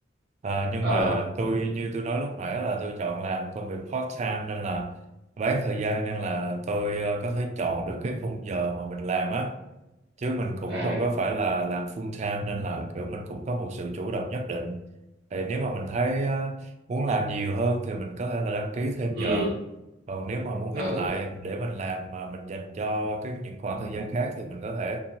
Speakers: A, on the right; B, on the right.
A: Ờ, nhưng
B: ờ
A: mà tôi như tôi nói lúc nãy là tôi chọn làm công việc part time nên là bán thời gian nên là tôi ờ, có thể chọn được cái khung giờ mà mình làm á chứ mình cũng
B: à
A: không có phải là làm full time nên là kiểu mình cũng có một sự chủ động nhất định thì nếu mà mình thấy ờ, muốn làm nhiều hơn thì mình có thể là đăng ký thêm
B: ừ
A: giờ còn nếu mà muốn
B: ờ
A: ít lại để mình làm mà mình dành cho cái những khoảng thời gian khác thì mình có thể